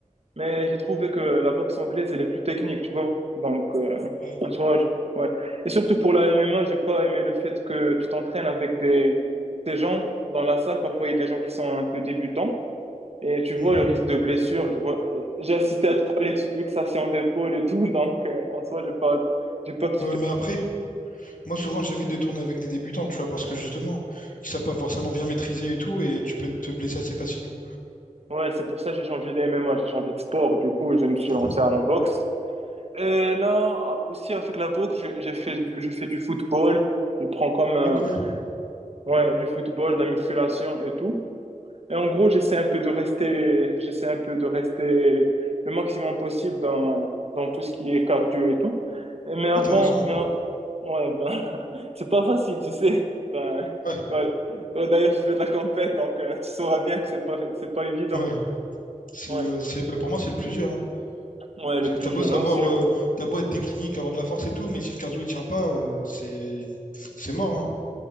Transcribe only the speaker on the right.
Mais j'ai trouvé que la boxe anglaise, elle est plus technique, tu vois. Donc, euh,
en soi, je- ouais. Et surtout pour la MMA, j'ai pas aimé le fait que tu t'entraînes avec des, des gens dans la salle. Parfois, il y a des gens qui sont un peu débutants. Et tu
vois le risque de blessure, je vois, j'ai assisté à trois lex- luxations d'épaule et tout, <laughs> donc euh, en soi, j'ai pas, j'ai pas kiffé.
Ouais, c'est pour ça que j'ai changé de MMA, j'ai changé de sport, du coup, je me suis
lancé à la boxe. Et là, aussi avec la boxe, je- j'ai fait, du- je fais du football, je prends comme, euh,
ouais, du football, de la musculation et tout. Et en gros, j'essaie un peu de rester, j'essaie un peu de rester le maximum possible dans, dans tout ce qui est cardio et tout. Mais avant,
mais, en- ouais, ben, <laughs> c'est pas facile, tu sais. Ben,
toi, toi, d'ailleurs, tu fais de la compète, donc euh, tu sauras bien que c'est pas, c'est pas évident.
Ouais,
ouais, le
plus
dur.
Et aussi le...